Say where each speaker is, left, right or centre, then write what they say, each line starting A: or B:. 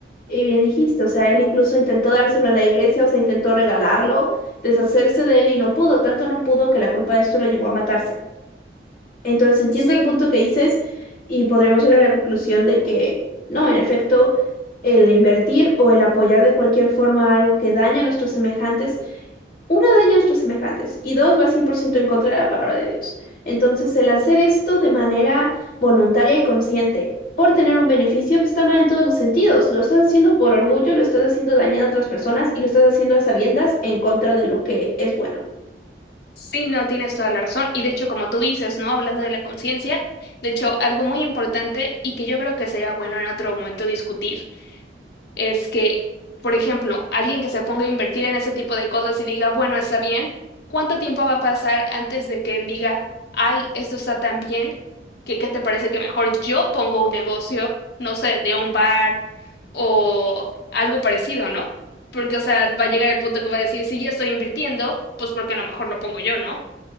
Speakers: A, on the left (about 55°); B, on the left (about 70°).
A: Y bien dijiste, o sea, él incluso intentó dárselo a la iglesia, o sea, intentó regalarlo, deshacerse de él y no pudo, tanto no pudo que la culpa de esto lo llevó a matarse. Entonces entiendo
B: Sí,
A: el punto que dices y podríamos ir a la conclusión de que no, en efecto, el invertir o el apoyar de cualquier forma algo que daña a nuestros semejantes, una daña a nuestros semejantes y dos va 100% en contra de la palabra de Dios. Entonces el hacer esto de manera voluntaria y consciente por tener un beneficio, pues está mal en todos los sentidos. Lo estás haciendo por orgullo, lo estás haciendo dañando a otras personas y lo estás haciendo a sabiendas en contra de lo que es bueno.
B: sí, no, tienes toda la razón. Y de hecho, como tú dices, ¿no? Hablando de la conciencia, de hecho, algo muy importante y que yo creo que sería bueno en otro momento discutir es que, por ejemplo, alguien que se ponga a invertir en ese tipo de cosas y diga, bueno, está bien, ¿cuánto tiempo va a pasar antes de que él diga, ay, esto está tan bien, que qué te parece que mejor yo pongo un negocio, no sé, de un bar o algo parecido, ¿no? Porque, o sea, va a llegar el punto que va a decir, si ya estoy invirtiendo, pues porque a lo mejor lo pongo yo, ¿no?